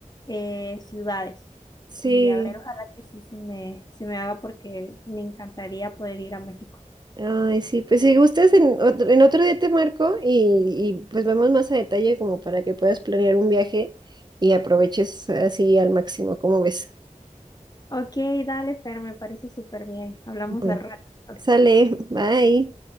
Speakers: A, on the left; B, on the right.
A: eh, ciudades.
B: Sí.
A: Y a ver, ojalá que sí se me, se me haga porque me encantaría poder ir a México.
B: Ay, sí. Pues si gustas, en otro, en otro día te marco y, y pues vemos más a detalle como para que puedas planear un viaje y aproveches así al máximo, como ves.
A: Ok, dale, Fer, me parece súper bien. Hablamos
B: Bueno,
A: al rato.
B: sale. Bye.